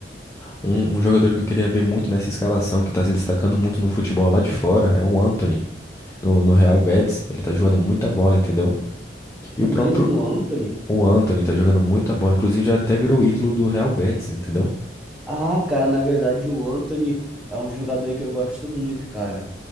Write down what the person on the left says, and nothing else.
um, um jogador que eu queria ver muito nessa escalação, que tá se destacando muito no futebol lá de fora, é o Antony. No, no Real Betis, ele tá jogando muita bola, entendeu? E
o próprio,
O Anthony tá jogando muita bola, inclusive já até virou ídolo do Real Betis, entendeu?